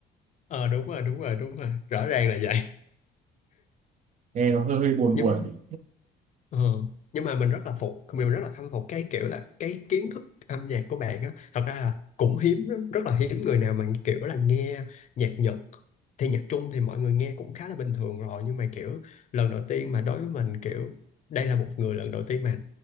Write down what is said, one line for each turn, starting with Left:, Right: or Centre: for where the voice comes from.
Left: ờ đúng rồi đúng rồi đúng rồi rõ ràng là vậy
Right: nghe nó hơi hơi buồn
Left: nhưng
Right: buồn
Left: Ờ, nhưng mà mình rất là phục mình rất là khâm phục cái kiểu là cái kiến thức âm nhạc của bạn á thật ra là cũng hiếm rất, rất là hiếm người nào mà kiểu là nghe nhạc Nhật thì nhạc Trung thì mọi người nghe cũng khá là bình thường rồi nhưng mà kiểu lần đầu tiên mà đối với mình kiểu đây là một người lần đầu tiên mà